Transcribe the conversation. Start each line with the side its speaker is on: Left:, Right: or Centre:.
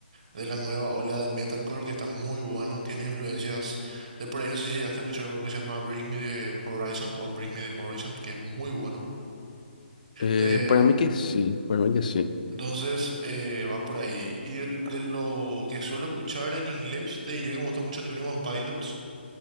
Right: de la nueva ola de metalcore que está muy bueno, tiene influencias de por ahí, no sé si llegaste a escuchar un grupo que se llama Bring Me the Horizon o Bring Me the Horizon, que es muy bueno.
Left: Eh,
Right: Eh,
Left: para mí que sí, para mí que sí.
Right: entonces eh, va por ahí. Y del- de lo que suelo escuchar en inglés, te diría que me gusta mucho Twenty One Pilots.